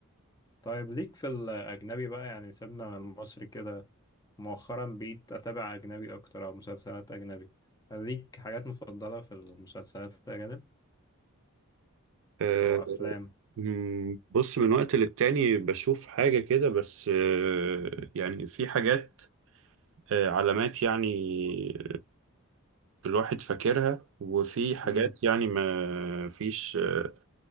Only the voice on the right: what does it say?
آه.
مم، بص من وقت للتاني بشوف حاجة كده بس آه، يعني في حاجات آه، علامات يعني الواحد فاكرها وفي حاجات
يعني ما فيش آه،